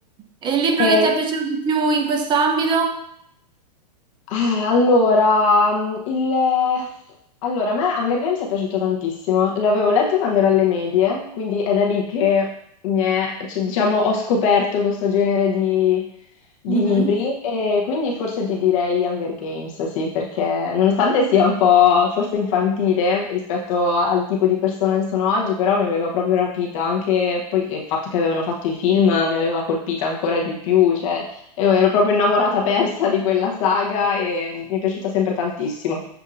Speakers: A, on the right; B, on the left.
A: E il libro
B: E
A: che ti è piaciuto di più in questo ambito?
B: Eh, allora, mm, il... allora, a me Hunger Games è piaciuto tantissimo, l'avevo letto quando ero alle medie, quindi è da lì che mi è- cioè, diciamo, ho scoperto questo genere di, di
A: Mhm.
B: libri e quindi forse ti direi Hunger Games, sì, perché nonostante sia un po' forse infantile rispetto al tipo di persona che sono oggi, però mi aveva proprio rapita, anche poi il fatto che avevano fatto i film mi aveva colpita ancora di più, cioè... E ero proprio innamorata persa di quella saga e mi è piaciuta sempre tantissimo.